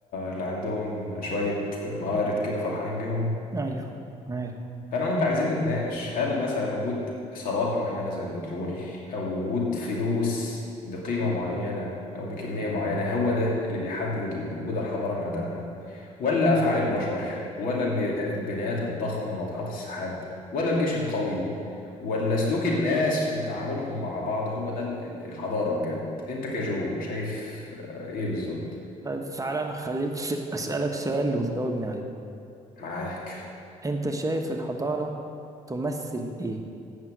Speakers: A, on the left; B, on the right.
A: اللي عندهم شوية موارد كده فرحانين بيهم
B: أيوه عارف
A: فأنا وأنت عايزين نتناقش هل مثلا وجود ثروات معينة زي البترول أو وجود فلوس بقيمة معينة أو بكمية معينة هو ده اللي بيحدد ال- وجود الحضارة من عدمها ولا أفعال البشر ولا البي- البنايات الضخمة وناطحات السحاب ولا الجيش القوي ولا سلوك الناس وتعاملهم مع بعض هو ده ال- ال- الحضارة بجد أنت كجو شايف آه، إيه بالظبط
B: طيب تعالى أنا خليك س- أسألك سؤال وتجاوبني عليه
A: معاك
B: أنت شايف الحضارة تمثل إيه؟